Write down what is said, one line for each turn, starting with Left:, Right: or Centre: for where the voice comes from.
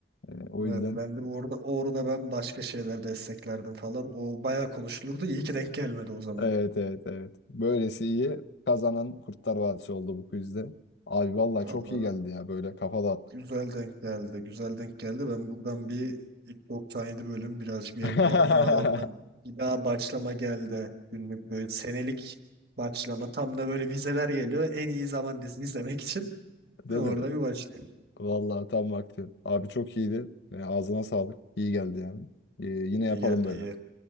Left: Ee, o yüzden
Right: Evet ben de orada orada ben başka şeyler desteklerdim falan. O bayağı konuşulurdu. İyi ki denk gelmedi o zaman.
Left: evet evet evet. Böylesi iyi kazanan Kurtlar Vadisi oldu bu quizde. Abi vallahi çok
Right: Allah
Left: iyi geldi ya böyle kafa dağıttık.
Right: Güzel denk geldi. Güzel denk geldi. Ben buradan bir ilk 97 bölüm birazcık bir
Left: <laughs>
Right: yan- bir yala- e, yalandan bir daha başlama geldi. Günlük böyle senelik başlama. Tam da böyle vizeler geliyor. En iyi zaman dizini izlemek için. <laughs>
Left: Değil
Right: Ben Orada
Left: mi?
Right: bir başlayayım.
Left: Vallahi tam vakti. Abi çok iyiydi. Ee, ağzına sağlık. İyi geldi yani. Ee, yine yapalım
Right: İyi geldi
Left: böyle.
Right: iyi.